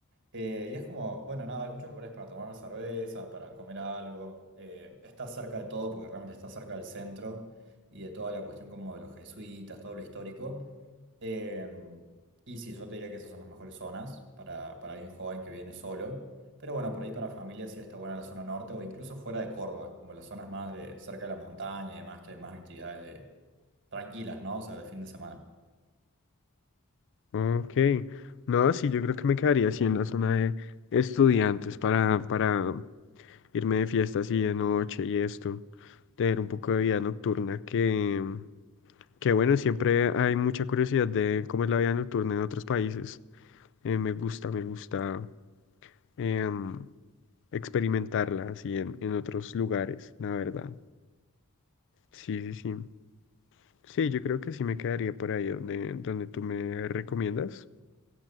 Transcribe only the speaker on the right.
Eh, y es como, bueno, nada, hay muchos lugares para tomar una cerveza, para comer algo. Eh, está cerca de todo porque realmente está cerca del centro y de toda la cuestión como de los jesuitas, todo lo histórico. Em, y sí, yo te diría que esas son las mejores zonas para, para alguien joven que viene solo. Pero bueno, por ahí para familia sí está buena la zona norte o incluso fuera de Córdoba, como las zonas más de cerca de la montaña y demás, que hay más actividades de, tranquilas, ¿no? O sea, de fin de semana.